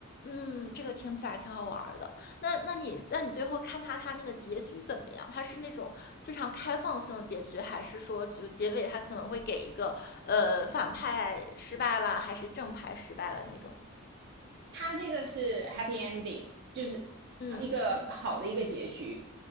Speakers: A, on the left; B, on the right.
A: 嗯，这个听起来挺好玩儿的。那那你那你最后看他他那个结局怎么样？他是那种非常开放性的结局，还是说就结尾他可能会给一个呃反派失败了，还是正派失败了那种？
B: 它这个是 happy ending，就是
A: 嗯，
B: 一个好的一个结局。